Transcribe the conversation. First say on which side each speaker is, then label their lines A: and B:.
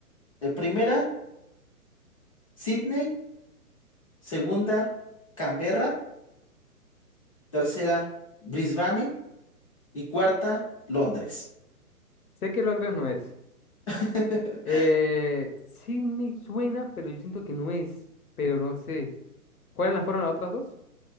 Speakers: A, on the left (about 25°); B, on the left (about 70°).
A: Eh, primera, Sydney. Segunda, Canberra. Tercera, Brisbane. Y cuarta, Londres.
B: Sé que Londres no es.
A: <laughs>
B: Eh, sí me suena, pero yo siento que no es. Pero no sé. ¿Cuáles fueron las otras dos?